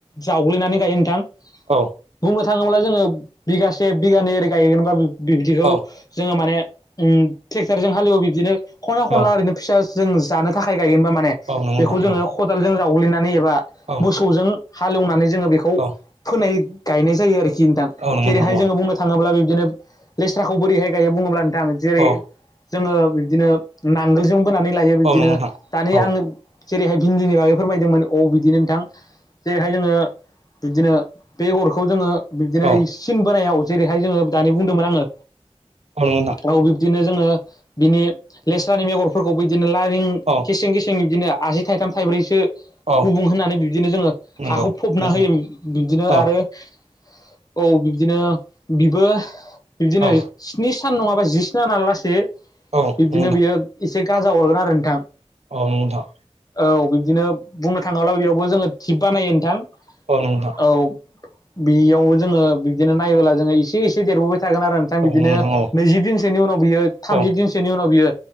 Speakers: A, on the left (about 35°); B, on the right (about 70°).
A: जावग्लिनानै गायो नोंथां।
B: औ
A: बुंनो थाङोब्ला जोङो बिगासे बिगानै ओरै गायगोनबा नोंथां। बिब्दिखौ
B: औ
A: जोङो माने ट्रेक्टरजों हालेवो बिब्दिनो खनला खनला
B: औ
A: ओरैनो फिसा। जों जानो थाखाय गायगोनबा माने
B: औ नंगौ नोंथां
A: बेखौ जोङो
B: औ
A: खदालजों जावग्लिनानै एबा
B: औ
A: मोसौजों हालेवनानै जोङो बेखौ
B: औ
A: फोनाय गायनाय जायो आरोखि नोंथां
B: औ नंगौ
A: जेरैहाय
B: नोंथां औ
A: जोङो बुंनो थाङोब्ला बे बिदिनो लेस्राखौ बोरैहाय गायो बुङोब्ला नोंथां जेरै
B: औ
A: जोङो बिब्दिनो नांगोलजों बोनानै लायो बिब्दिनो
B: औ नंगौ नोंथां
A: दानि
B: औ
A: आं जेरैहाय भिन्दिनि बागै फोरमायदोंमोन औ बिदिनो नोंथां जेरैहाय जोङो बिदिनो बे हरखौ जोङो बिब्दिनो
B: औ
A: सिन बोनायाव जेरैहाय जोङो दानि बुंदोंमोन आङो
B: औ नंगौ नोंथां
A: औ बिब्दिनो जों जोङो बिनि लेस्रानि मेगरफोरखौबो बिदिनो लारिं
B: औ
A: गेसें गेसें बिब्दिनो आसि थाइथाम थाइब्रैसो
B: औ
A: गुबुं होननानै बिबदिनो जोङो
B: नंगौ
A: हाखौ फबना
B: नोंथां
A: होयो बिब्दिनो
B: औ
A: आरो औ बिब्दिनो बिबो बिब्दिनो
B: औ
A: स्नि सान नङाबा जिसाना ना लासेै
B: औ
A: बिब्दिनो
B: नंगौ
A: बियो एसे गाजा अरगोन आरो नोंथां।
B: अ नंगौ नोंथां।
A: औ बिब्दिनो बुंनो थाङोब्ला बेयावबो जोङो थिप बानायो नोंथां।
B: ओ नंग नोंथां।
A: औ बेयाव जोङो बिदिनो नायोब्ला जोङो एसे एसे देरबोबाय थागोन आरो नोंथां
B: औ
A: बिदिनो
B: नंगौ औ नंगौ नोंथां औ
A: नैजि दिनसोनि उनाव बि थामजि
B: औ
A: दिनसोनि उनाव बियो